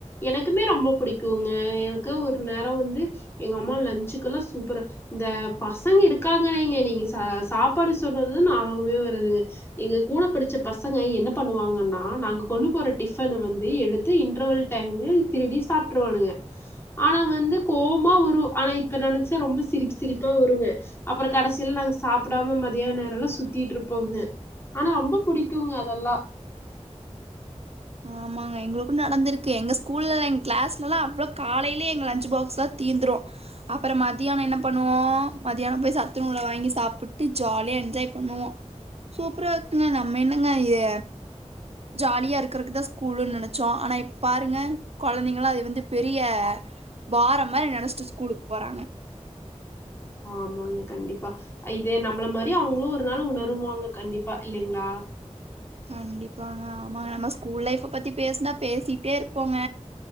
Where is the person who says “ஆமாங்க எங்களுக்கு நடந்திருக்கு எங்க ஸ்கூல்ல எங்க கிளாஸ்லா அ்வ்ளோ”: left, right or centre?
Right